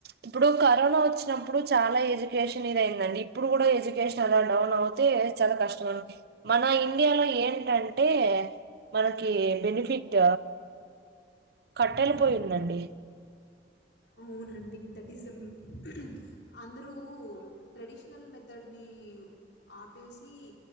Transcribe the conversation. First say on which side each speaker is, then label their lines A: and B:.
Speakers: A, on the right (about 60°); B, on the left (about 70°).
A: ఇప్పుడు కరోనా వచ్చినప్పుడు చాలా ఎడ్యుకేషన్ ఇది అయిందండి ఇప్పుడు కూడా ఎడ్యుకేషన్ అలా డౌన్ అవుతే చాలా కష్టం అండి మన ఇండియాలో ఏంటంటే మనకి బెనిఫిట్
B: ఆ.
A: కట్టెల
B: మ్మ్.
A: పొయ్యి ఉందండి
B: అవునండి దట్ ఈస్ ద అందరూ ట్రెడిషనల్ మెథడ్ ని ఆపేసి